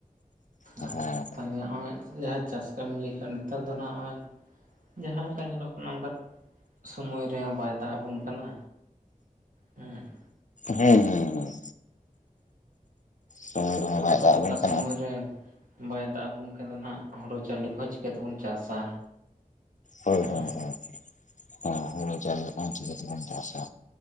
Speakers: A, on the left; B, on the right.
A: ᱦᱟᱸ
B: ᱟᱪᱪᱷᱟ ᱛᱟᱦᱚᱞᱮ ᱱᱚᱜᱼᱚᱭ ᱡᱟᱦᱟᱸ ᱪᱟᱥ ᱠᱟᱹᱢᱤᱢ ᱞᱟᱹᱭ ᱠᱮᱜ-ᱟ ᱱᱮᱛᱟᱨ ᱫᱚ ᱱᱦᱟᱜ-ᱚᱭ ᱡᱟᱦᱟᱸ ᱞᱮᱠᱟ ᱧᱮᱞᱚᱜ ᱠᱟᱱᱟ ᱱᱚᱝᱠᱟ ᱥᱳᱢᱚᱭ ᱨᱮᱦᱚᱸ ᱵᱟᱭ ᱫᱟᱜ ᱟᱵᱚᱱ ᱠᱟᱱᱟ᱾ ᱦᱮᱸ
A: ᱦᱩᱸ ᱦᱩᱸ ᱦᱩᱸ ᱥᱚᱢᱚᱭ ᱨᱮᱦᱚᱸ
B: ᱟᱨ
A: ᱵᱟᱭ
B: ᱦᱚᱸ
A: ᱫᱟᱜ
B: ᱚᱝᱠᱟ
A: ᱟᱵᱚᱱ ᱠᱟᱱᱟ
B: ᱥᱚᱢᱚᱭ ᱨᱮ ᱵᱟᱭ ᱫᱟᱜ ᱟᱵᱚᱱ ᱠᱷᱟᱱ ᱫᱚ ᱱᱦᱟᱜ ᱦᱩᱲᱳ ᱪᱟᱣᱞᱮ ᱠᱚᱦᱚᱸ ᱪᱤᱠᱟᱹ ᱛᱮᱵᱚᱱ ᱪᱟᱥᱟ
A: ᱦᱳᱭ
B: ᱦᱮᱸ
A: ᱦᱳᱭ ᱦᱳᱭ ᱦᱟ ᱦᱩᱲᱩ ᱪᱟᱣᱞᱮ ᱠᱚᱦᱚᱸ ᱪᱤᱠᱟᱹ ᱛᱮᱵᱚᱱ ᱪᱟᱥᱟ